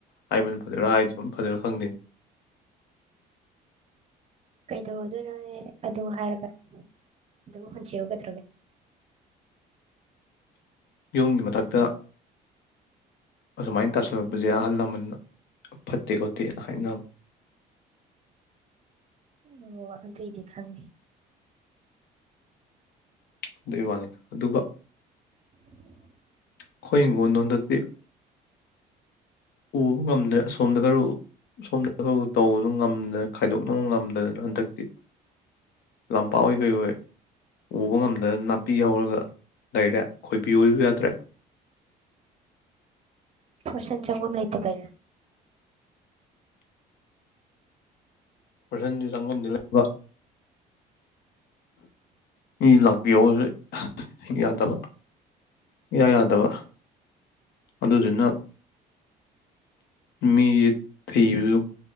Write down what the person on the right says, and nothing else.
ꯀꯩꯗꯧꯗꯣꯏꯅꯣꯅꯦ ꯑꯗꯨ ꯍꯥꯏꯔꯒ ꯑꯗꯨ ꯍꯨꯟꯁꯤꯎꯒꯗ꯭ꯔꯒꯦ
ꯑꯣ ꯑꯗꯨꯨꯏꯗꯤ ꯈꯥꯡꯗ
ꯎꯝ
ꯐꯁꯟ ꯆꯒꯝ ꯂꯩ ꯂꯩꯇ ꯄꯔꯦ